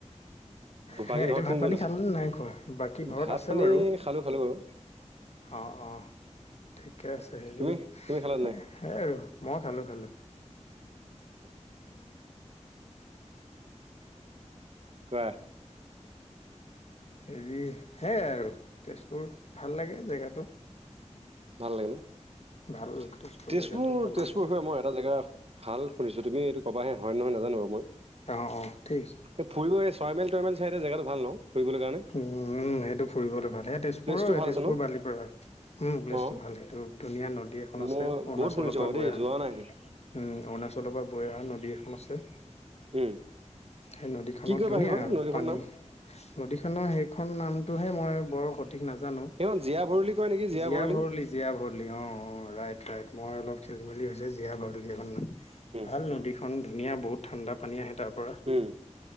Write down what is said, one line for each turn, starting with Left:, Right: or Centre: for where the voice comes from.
Left: হে
Right: বাকী
Left: এতিয়া
Right: ঘৰত
Left: ভাত
Right: কোন
Left: পানী
Right: কোন আছে
Left: খালে নে নাই। খোৱা বাকী ঘৰত
Right: ভাত
Left: আছে
Right: পানী
Left: বাৰু।
Right: খালো খালো বাৰু
Left: অ', অ', ঠিকে আছে, হেৰি
Right: তুমি তুমি খালা নাই
Left: সেই আৰু মই খালো। খালো।
Right: ঠিকে আছে। কোৱা?
Left: হেৰি সেয়াই আৰু তেজপুৰ ভাল লাগে জেগাটো।
Right: ভাল লাগে ন,
Left: ভাল
Right: তেজপুৰ,
Left: জেগাটো ভাল
Right: তেজপুৰ
Left: লাগে
Right: হৈ মই এটা জেগা ভাল শুনিছোঁ। তুম এইটো ক'বাহে হয়, নহয় নাজান বাৰু মই।
Left: অ', অ'। ঠিক
Right: এ, ফুৰিবো এই ছয় মাইলটয়মাইল চাইডে জেগাতটো ভাল ন। ফুৰিবলৈ কাৰণে
Left: উম, উম, সেইটো ফুৰিবলৈ ভাল সেই তেজপুৰৰ
Right: প্লেচটো ভাল
Left: তেজপুৰ
Right: আছে ন
Left: বালি পাৰা উম, প্লেছটো
Right: অ
Left: ভাল। ভাল সেইটো ধুনীয়া নদী এখন আছে।
Right: মই
Left: অৰুণাচলৰ
Right: বহুত শুনিছো
Left: পৰা
Right: বাৰু
Left: বৈ
Right: দেই
Left: আহে,
Right: যোৱা নাই
Left: উম, অৰুণাচলৰ পৰা। বৈ অহা নদী এখন আছে।
Right: উম
Left: সেই নদীখনত
Right: কি কয়
Left: ধুনীয়া
Right: বা সেইখন
Left: আৰু
Right: নদীখনৰ
Left: পানী
Right: নাম
Left: প্ৰতিখনৰ সেইখন নামটোহে মই বৰ স ঠিক নাজানো।
Right: সেইখন জীয়া ভৰলী কয় নেকি জীয়া
Left: জীয়াভৰলি-জীয়াভৰলি
Right: ভৰলী
Left: অ অ ৰাইট-ৰাইট। মই অলপ ঠিক খেলি মেলি হৈছে। জীয়া ভৰলি এখন
Right: উম
Left: ভাল নদীখন ধুনীয়া বহুত ঠাণ্ডা পানী আহে তাৰ পৰা,
Right: উম